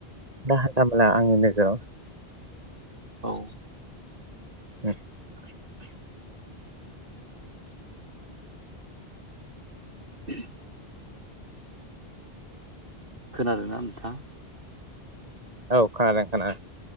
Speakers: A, on the right; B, on the right.
A: दा हान्था मेला आंनि नोजोराव
B: औ
A: <unintelligible>
B: <unintelligible> खोनादोना नोंथां
A: औ खोनादों खोना